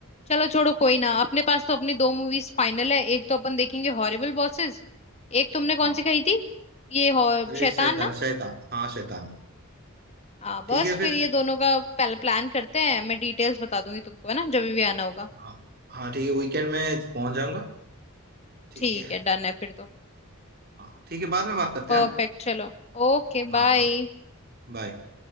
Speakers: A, on the left; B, on the right.
A: चलो छोड़ो कोई ना अपने पास तो अपनी दो मूवीज फाइनल है एक तो अपन देखेंगे हॉरिबल बॉसेस एक तुमने कौन
B: हाँ
A: सी कही थी ये हॉर-
B: अरे
A: शैतान
B: शैतान
A: ना
B: शैतान हाँ शैतान
A: हाँ बस
B: ठीक है
A: फिर
B: फिर
A: ये दोनों का पहले प्लान करते हैं मैं डिटेल्स बता दूंगी तुमको है ना जब भी आना होगा
B: हाँ हाँ ठीक है वीकेंड में पहुंच जाऊंगा ठीक
A: ठीक
B: है
A: है डन है फिर तो
B: हाँ ठीक है बाद में बात करते
A: परफेक्ट
B: हैं
A: चलो Okay
B: हाँ
A: bye
B: हाँ हाँ बाय